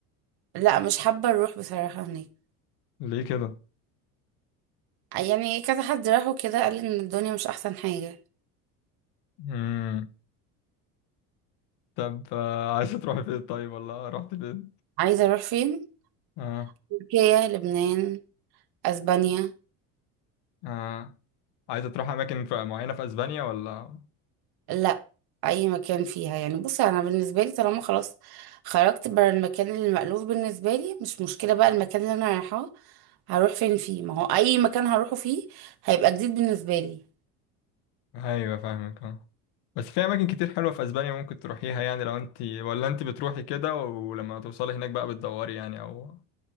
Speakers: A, on the right; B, on the left.
A: لا مش حابه اروح بصراحه هناك
B: ليه كده
A: يعني كذا حد راح وكده قال ان الدنيا مش احسن حاجه
B: امم طب آه <laughs> عايزة تروحي فين طيب ولا رحت فين
A: عايزة اروح فين
B: اه
A: تركيا لبنان اسبانيا
B: اه عايزة تروحي اماكن ف- معينة في اسبانيا ولا
A: لا اي مكان فيها يعني بصي انا بالنسبة لي طالما خلاص خرجت بره المكان اللي مألوف بالنسبة لي مش مشكلة بقى المكان اللي انا رايحاه هروح فين فيه ما هو اي مكان هروحه فيه هيبقى جديد بالنسبة لي
B: ايوه فاهمك اه بس في اماكن كتير حلوة في اسبانيا ممكن تروحيها يعني لو انت ولا انت بتروحي كده ولما توصلي هناك بقى بتدوري يعني او